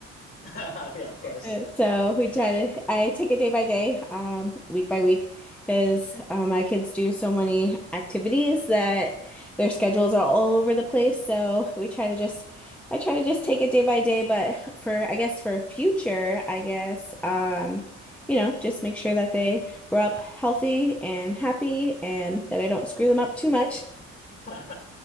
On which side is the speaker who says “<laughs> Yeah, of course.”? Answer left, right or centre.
Left